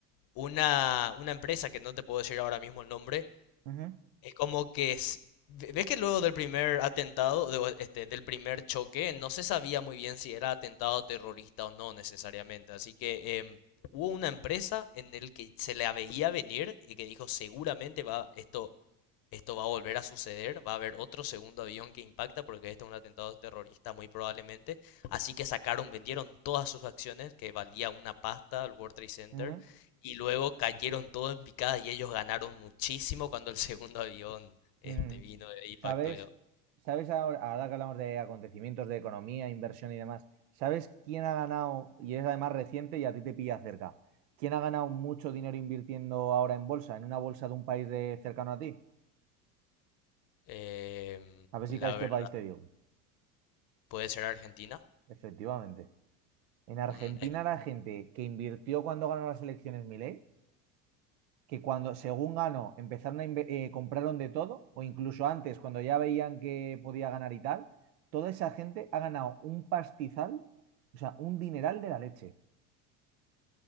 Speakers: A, on the left; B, on the right.
A: una, una empresa que no te puedo decir ahora mismo el nombre,
B: Ujú,
A: es como que s- ve- ves que luego del primer atentado, de- este, del primer choque, no se sabía muy bien si era atentado terrorista o no necesariamente. Así que em, hubo una empresa en el que se la veía venir y que dijo seguramente va esto esto va a volver a suceder, va a haber otro segundo avión que impacta porque este es un atentado terrorista muy probablemente. Así que sacaron, vendieron todas sus acciones que valía una pasta al World Trade Center
B: ujú,
A: y luego cayeron todo en picada y ellos ganaron muchísimo cuando el <laughs> segundo avión este
B: ujú.
A: vino e impactó.
B: ¿Sabes? ¿Sabes ahora, ahora que hablamos de acontecimientos de economía, inversión y demás? ¿Sabes quién ha ganado, y es además reciente y a ti te pilla cerca, quién ha ganado mucho dinero invirtiendo ahora en bolsa, en una bolsa de un país de cercano a ti?
A: Em,
B: A ver
A: la
B: si caes
A: verdad,
B: qué país te digo.
A: puede ser Argentina.
B: Efectivamente. En Argentina
A: Mm, es-
B: la gente que invirtió cuando ganó las elecciones Milei, que cuando según ganó empezaron a inve- eh, compraron de todo, o incluso antes cuando ya veían que podía ganar y tal, toda esa gente ha ganado un pastizal, o sea, un dineral de la leche.